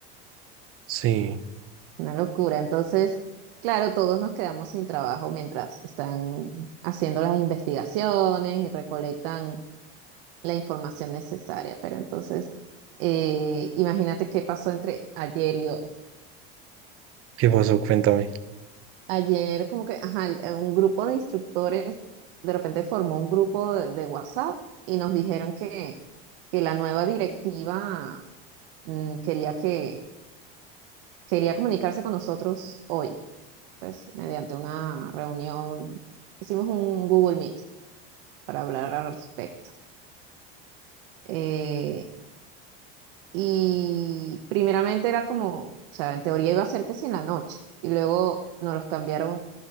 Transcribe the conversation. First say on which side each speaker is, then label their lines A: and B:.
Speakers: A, on the right; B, on the right.
A: sí.
B: Una locura. Entonces, claro, todos nos quedamos sin trabajo mientras están haciendo las investigaciones y recolectan la información necesaria. Pero entonces, eh, imagínate qué pasó entre ayer y hoy.
A: ¿Qué pasó? Cuéntame.
B: Ayer como que, ajá, el- eh, un grupo de instructores de repente formó un grupo de, de WhatsApp y nos dijeron que, que la nueva directiva, mm, quería que, quería comunicarse con nosotros hoy pues mediante una reunión, hicimos un Google Meet para hablar al respecto. Eh, y primeramente era como, o sea, en teoría iba a ser que si en la noche, y luego nos los cambiaron